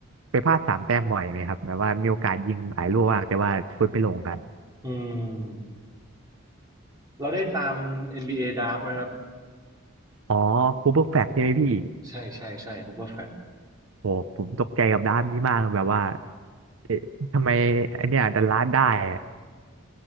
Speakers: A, on the right; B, on the right.
A: ไปพลาดสามแต้มบ่อยไหมครับแบบว่ามีโอกาสยิงหลายลูกมากแต่ว่าฟุตไม่ลงกัน
B: อืมอืมเราได้ตาม NBA ดราฟต์ไหมครับ
A: อ๋อคูเปอร์แฟลชใช่ไหมพี่
B: ใช่ใช่ใช่ฮูเปอร์ <laughs> แฟลต
A: โหผมตกใจกับด้านนี้มากแบบว่าเอ๊ะทำไมไอเนี่ยดัลลาสได้อะ